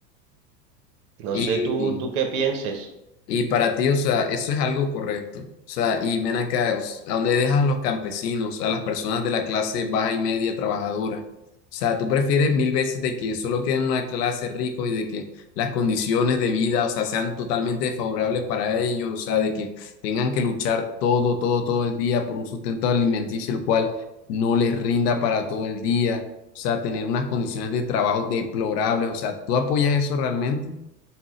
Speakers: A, on the right (about 60°); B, on the left (about 70°).
A: No
B: Y,
A: sé tú, tú qué pienses.
B: Y para ti, o sea, eso es algo correcto. O sea, y ven acá, o s- ¿a dónde dejas a los campesinos, a las personas de la clase baja y media trabajadora? O sea, tú prefieres mil veces de que solo queden una clase ricos y de que las condiciones de vida, o sea, sean totalmente desfavorables para ellos, o sea, de que tengan que luchar todo, todo, todo el día por un sustento alimenticio, el cual no les rinda para todo el día, o sea, tener unas condiciones de trabajo deplorables, o sea, ¿tú apoyas eso realmente?